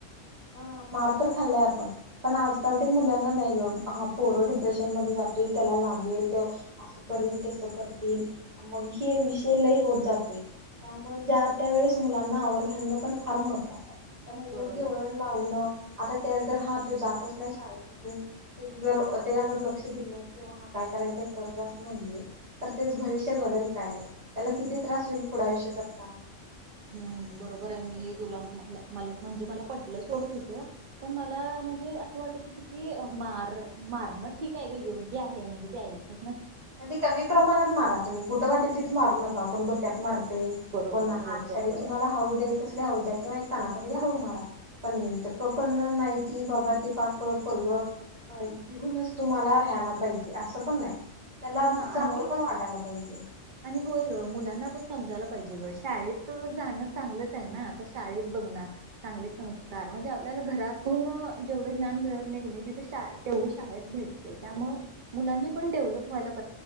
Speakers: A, on the right (about 35°); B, on the right (about 60°).
A: हा मार तर खाल्लाय आपण पण आजकाल ते मुलांना नाही ग हा पोरो डिप्रेशन मध्ये जातील त्याला लागेल ते असं करल तेस करतील मग हे विषय लय होत जातोय त्यामुळे ज्या त्या वेळेस मुलांना आवर घालणं पण फार महत्त्वाचं आहे त्यांना
B: बरोबर
A: योग्य वळण लावणं आता जर हा जातच नाही शाळेत जर त्याकडे लक्ष दि नाही किवा काय करायच कर्ज अस म्हण तर त्याच भविष्य घडल काय त्याला किती त्रास होईल पुढे आयुष्य जगताना
B: नाही नाही बरोबर आहे मी तुला म मला म्हणजे मला पटलं सोड तुझ पण मला म्हणजे असं वाटत क मार मारणं ठीक आहे ग योग्य आहे म्हणजे ते ऐका
A: म्हणजे कमी प्रमाणात माराु्ही कुठ वाटेल तिथ मारू नकाता काको केट मारत ते
B: बरोबर
A: को
B: आहे होय बरोबर
A: आडे तुम्हाला
B: आहे.
A: हळू द्यायचं असल्या हळू द्या किंवा कानाखाली हू मारा पण नटक पण नाही की बाबा ते पाक परग भिऊनच तुम्हाला राहायला पाहिजे असं पण नाही त्याला
B: हा
A: चांगलं
B: आणि
A: पण वाटायला पाहिजे
B: आणि होय ग मुलांना पण समजायला पाहिजे ग शाळेत जाणं चांगलच आहे ना आता शाळेत बघणार चांगले संस्कार म्हणजे आपल्याला घरातून जेवढं ज्ञान मिळत नाही नाही तिथं तेवढ शाळेत भेटते त्यामु मुलांनी पण डेव्हलप व्हायला अ